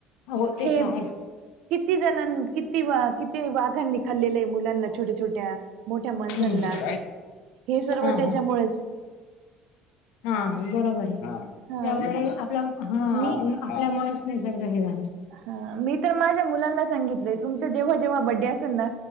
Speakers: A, on the left (about 85°); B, on the right (about 70°).
A: हो ते
B: हे
A: तर आहेच
B: किती जणां, किती किती वाघांनी. खाल्लेलं मुलांना छोट्या छोट्या, मोठ्या माणसांला
A: हम्म
B: हे सर्व
A: हा
B: तेच्यामुळेच.
A: हां. बरोबर आहे,
B: हा
A: त्यामुळे आपला हा..
B: मी
A: आपल्यामुळेच निसर्ग हे झाला.
B: ह.. मी तर माझ्या मुलांना सांगितलेय. तुमचं जेव्हा जेव्हा बड्डे असेल ना,